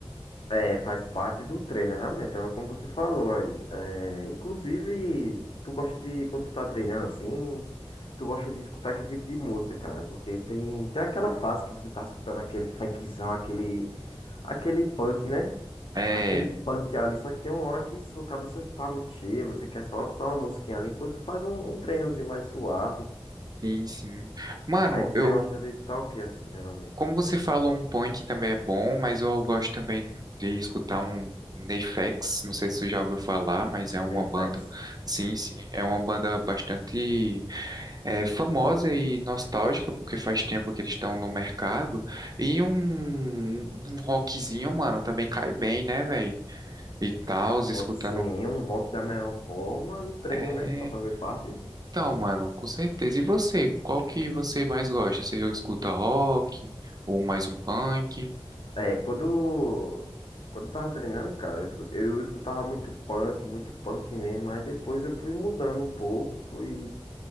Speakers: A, on the left; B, on the right.
A: É, faz parte do treino, realmente, é como você falou aí. É, inclusive, tu gosta de, quando tu tá treinando assim, tu gosta de escutar que tipo de música, cara? Porque tem, tem aquela fase que você tá escutando aquele funkzão, aquele, aquele punk, né?
B: É,
A: Aquele punk ali, só que tem uma hora que sua cabeça tá muito cheia, você quer só escutar uma musiquinha ali, enquanto tu faz um, um treinozinho mais suave.
B: sim, sim. Mano,
A: Aí você
B: eu
A: gosta de escutar o que, assim, geralmente?
B: Como você falou, um punk também é bom, mas eu gosto também de escutar um Nefex, não sei se você já ouviu falar, mas é uma
A: Neyfax?
B: banda, sim, sim, é uma banda bastante é, famosa e nostálgica, porque faz tempo que eles estão no mercado, e um, um rockzinho, mano, também cai bem, né, velho? E tal, escutando...
A: Sim, um rock da melhor forma no treino,
B: É,
A: né? Pra fazer parte.
B: então, mano, com certeza. E você, qual que você mais gosta? Você escuta rock ou mais um punk?
A: É, quando, quando eu tava treinando, cara, eu escu- eu escutava muito punk, muito punk mesmo. Aí depois eu fui mudando um pouco, fui,